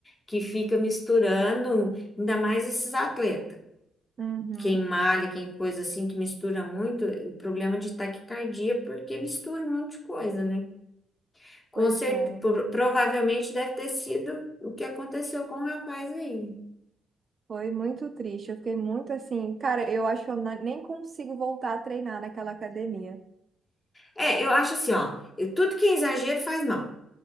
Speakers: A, on the left; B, on the right.
A: Que fica misturando, ainda mais esses atletas.
B: Uhum,
A: Quem malha, quem coisa assim, que mistura muito, eh, problema de taquicardia, porque mistura um monte de coisa, né? Com
B: pois
A: certeza,
B: é,
A: provavelmente deve ter sido o que aconteceu com o rapaz aí.
B: foi muito triste. Eu fiquei muito assim, cara, eu acho que eu na- nem consigo voltar a treinar naquela academia.
A: É, eu acho assim, ó, eu- tudo que é exagero faz mal.